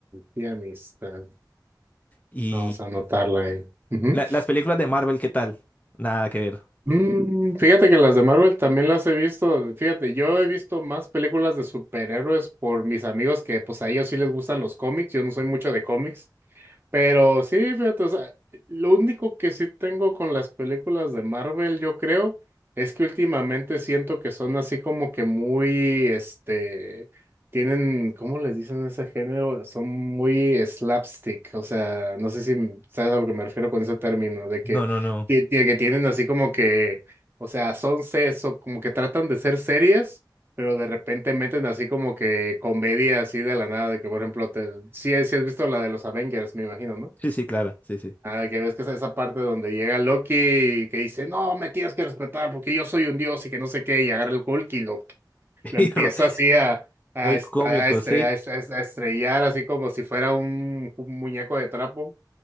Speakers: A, on the right; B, on the left.
A: sí, amistad.
B: Y
A: Vamos a anotarla ahí. Ujú.
B: la- las películas de Marvel, ¿qué tal? Nada que ver.
A: Mm, fíjate que las de Marvel también las he visto. Fíjate, yo he visto más películas de superhéroes por mis amigos que pues a ellos sí les gustan los cómics. Yo no soy mucho de cómics. Pero sí, fíjate, o sea, lo único que sí tengo con las películas de Marvel, yo creo, es que últimamente siento que son así como que muy, este, tienen, ¿cómo les dicen ese género? Son muy slapstick, o sea, no sé si sabes a lo que me refiero con ese término, de
B: No,
A: que
B: no, no.
A: que, tie- que tienen así como que, o sea, son sesos, como que tratan de ser series, pero de repente meten así como que comedia así de la nada, de que por ejemplo, te, sí, sí has visto la de los Avengers, me imagino, ¿no?
B: Sí, sí, claro, sí, sí.
A: Ah, de que ves que es esa parte donde llega Loki y que dice, no, me tienes que respetar porque yo soy un dios y que no sé qué, y agarra el Hulk y lo,
B: <laughs>
A: lo empieza así a, a,
B: Muy
A: est-
B: cómico,
A: a estre-
B: sí,
A: a est- a estrellar así como si fuera un un muñeco de trapo.